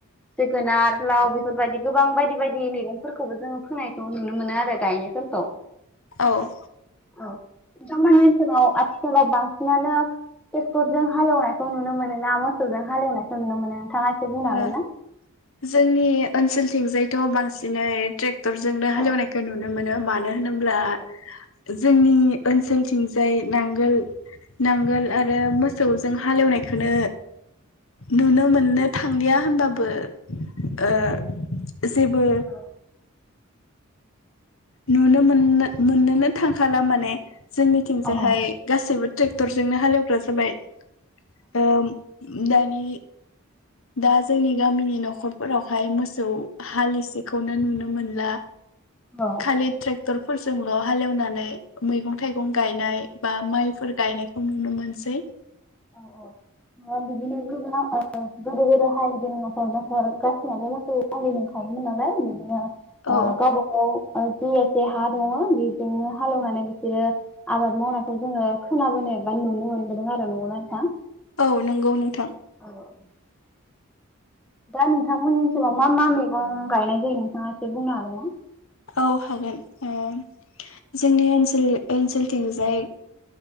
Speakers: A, in the centre; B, on the left (about 65°).
A: जोगोनार लाव बे बेफोरबायदि गोबां बायदि बायदि मैगंफोरखौबो जोङो फोनायखौ नुनो मोनो आरो गायनायफोरखौ
B: औ
A: औ नोथांमोननि ओनसोलाव आथिखालाव बांसिनानो टेकटरजों हालेवनायखौ नुनो मोनोना मोसौजों हालेवनायखौ नुनो मोनो नोंथाङा एसे बुंनो
B: ओ
A: हागोन ना?
B: जोंनि ओनसोलथिंजायथ' बांसिनै ट्रेक टरजोंनो
A: औ
B: हालेवनायखौ नुनो मोनो मानो होनोब्ला
A: औ
B: जोंनि ओनसोलथिंजाय नांगोल नांगोल आरो मोसौ जों हालेवनायखौनो नुनो मोननो थांलिया होनबाबो ओ जेबो
A: औ
B: नुनो मोनना मोननोनो थांखाला माने जोंनिथिंजायहाय
A: औ
B: गासैबो ट्रेक्टरजोंनो हालेवग्रा जाबाय ओ दानि दा जोंनि गामिनि न'खरफोरावहाय मोसौ हालि एसिखौनो नुनो मोनला
A: औ
B: खालि ट्रेक टरफोरजोंल' हालेवनानै मैगं थाइगं गायनाय बा माइफोर गायनायखौ नुनो मोनसै
A: औ औ बिदिनो गोबां ओ गोदो गोदाय हायदों न'खर न'खर गासिनाबो मोसौ फालि नोखायोमोन नालाय बिदिनो ओ
B: औ
A: गावबा गाव ओ जि एसे हा दङ' बेजोंनो हालेवनानै बिसोरो आबाद मावनायखौ जोङो खोनाबोनो एबा नुनो मोनबोदों आरो न'आव थां
B: औ नंगौ नोंथां
A: <inaudible> दा नोंथांमोननि ओनसोलाव मा मा मैगं गायनाय जायो नोंथाङा एसे बुंनो हागोनना?
B: औ हागोन <unintelligible> जोंनि <unintelligible> <unintelligible> ओनसोलथिंजाय